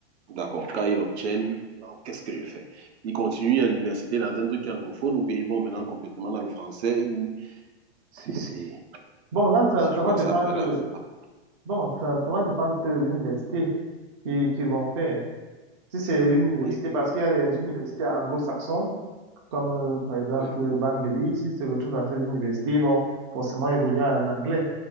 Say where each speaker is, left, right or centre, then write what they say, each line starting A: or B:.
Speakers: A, on the right; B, on the right.
A: d'accord. Quand ils l'obtiennent, non, qu'est-ce que je fais? Ils continuent à l'université dans un truc qui est anglophone ou bien ils vont maintenant complètement dans le français ou... C'est... c'est-
B: Bon, là, ça,
A: c'est- Je
B: ça
A: crois
B: va
A: que
B: dépendre,
A: c'est après, là. ça complique.
B: bon, ça, ça va dépendre de l'université qui, qui vont faire. Si c'est une université,
A: Oui,
B: parce qu'il y a des universités anglo-saxons, comme euh, par exemple
A: oui,
B: Bambéli, s'ils se retrouvent dans ces universités, ils vont forcément évoluer en anglais.